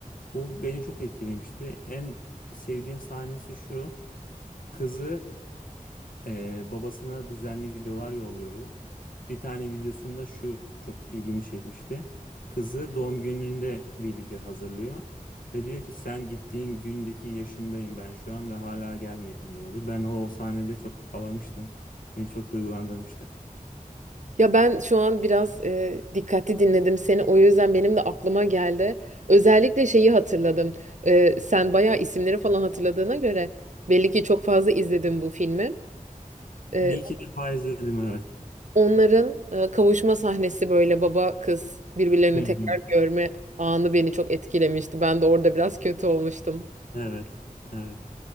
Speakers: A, on the left; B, on the right.
A: Bu beni çok etkilemişti. En sevdiğim sahnesi şu. Kızı eee, babasına düzenli videolar yolluyordu. Bir tane videosunda şu çok ilgimi çekmişti. Kızı doğum gününde bir video hazırlıyor. Ve diyor ki sen gittiğin gündeki yaşındayım ben şu an ve hala gelmedin diyordu. Ben o sahnede çok ağlamıştım. Beni çok duygulandırmıştı.
B: Ya ben şu an biraz e, dikkatli dinledim seni. O yüzden benim de aklıma geldi. Özellikle şeyi hatırladım. E, sen bayağı isimleri falan hatırladığına göre belli ki çok fazla izledin bu filmi.
A: Bir
B: E,
A: iki defa izledim evet.
B: onların e, kavuşma sahnesi böyle baba kız birbirlerini
A: Hı
B: tekrar
A: hı.
B: görme anı beni çok etkilemişti. Ben de orada biraz kötü olmuştum.
A: Evet, evet.